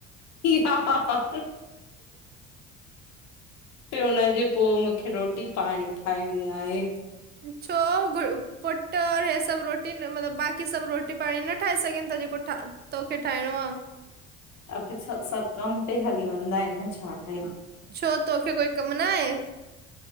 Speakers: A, on the left; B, on the right.
A: <unintelligible> ॿियो हुनजे पो मूंखे रोटी पाण ठाहिणी आहे।
B: छो पुट और हे सब रोटी मतलब बाक़ी सब रोटी पाणी न ठाहे सघनि था जेको ठा तोखे ठाहिणो आ।
A: अब सब कम पे हली वेंदा आहिनि छा कयां?
B: छो तोखे कोई कमु न आहे?